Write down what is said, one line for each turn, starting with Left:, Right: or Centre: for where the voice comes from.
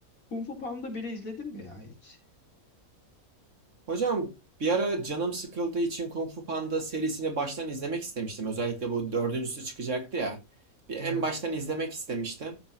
Left: Kung Fu Panda biri izledin mi ya hiç?
Right: Hocam bir ara canım sıkıldığı için Kung Fu Panda serisini baştan izlemek istemiştim. Özellikle bu dördüncüsü çıkacaktı ya. Bir en
Left: Evet.
Right: baştan izlemek istemiştim.